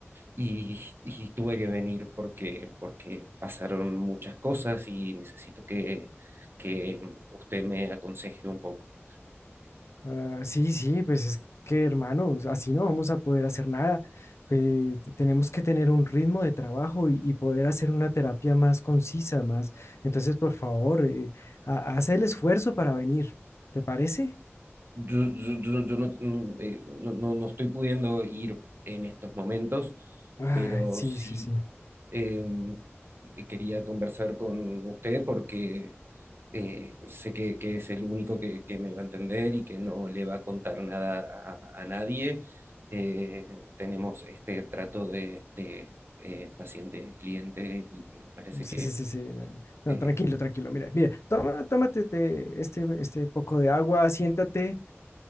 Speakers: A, on the right (about 55°); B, on the left (about 70°).
A: y, y tuve que venir porque, porque pasaron muchas cosas y necesito que, que usted me aconseje un poco.
B: Ah, sí, sí, pues es que, hermano, así no vamos a poder hacer nada. Eh, te- tenemos que tener un ritmo de trabajo y, y poder hacer una terapia más concisa, más. Entonces, por favor, eh, ha- haz el esfuerzo para venir. ¿Te parece?
A: Yo, yo, yo, yo no, no, eh, no- no- no estoy pudiendo ir en estos momentos,
B: Ay,
A: pero
B: sí,
A: sí
B: sí, sí.
A: em, quería conversar con usted porque eh, sé que, que es el único que, que me va a entender y que no le va a contar nada a, a nadie. Eh, tenemos este trato de, de, eh, paciente-cliente y me parece
B: Sí,
A: que,
B: sí, sí, sí. eh, No,
A: eh,
B: tranquilo, tranquilo. Mira, mira, toma, tómate te- este, este poco de agua, siéntate